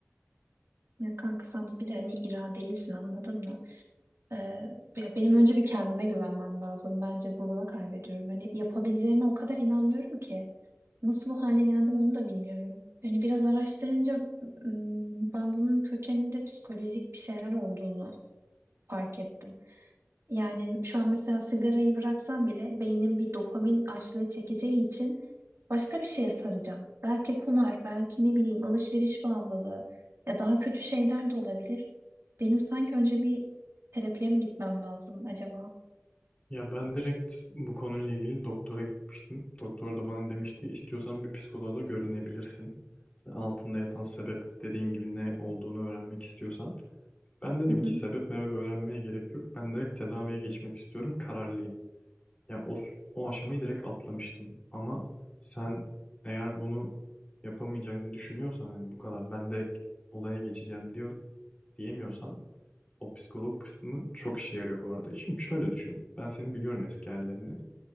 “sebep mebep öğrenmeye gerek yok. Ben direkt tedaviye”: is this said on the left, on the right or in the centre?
Left